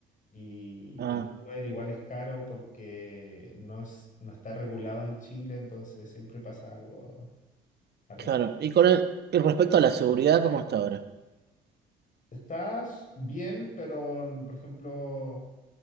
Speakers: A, on the left; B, on the right.
A: Y
B: Ah,
A: el Uber igual es caro porque no es, no está regulado en Chile, entonces siempre pasa algo al
B: claro.
A: respecto.
B: Y con el, y respecto a la seguridad, ¿cómo está ahora?
A: Estás bien, pero mm, por ejemplo,